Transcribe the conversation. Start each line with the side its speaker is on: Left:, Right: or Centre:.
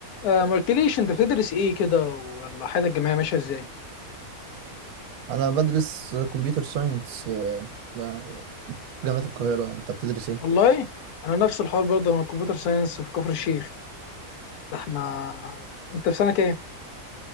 Left: آه ما قلتليش انت بتدرس ايه كده ولا حياتك الجامعيه ماشيه ازاي
Right: انا بدرس كمبيوتر ساينس في جامعة القاهرة انت بتدرس ايه
Left: والله انا نفس الحوار برضه انا كمبيوتر ساينس في كفر الشيخ ده احنا انت في سنه كام